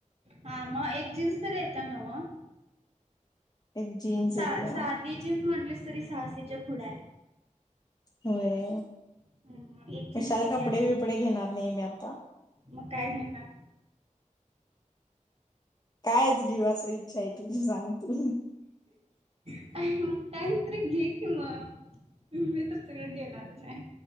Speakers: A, on the right; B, on the left.
A: हा मग एक जीन्स तरी येत्या नव्ह.
B: एक जीन्स
A: सा
B: येत्या
A: साधी जीन्स म्हंटलीस तरी सहाशेच्या पुढे आहे.
B: होय.
A: हम्म, एक जीन्स
B: कशाला
A: येत्या
B: कपडे
A: की
B: बिपडे घेणार नाही मी आता.
A: मग काय घेणार?
B: कायच घेऊ असं इच्छा आहे, तुझी सांग तू?
A: काहीतरी घे की मग, नाहीतर सगळं घेणारच आहे.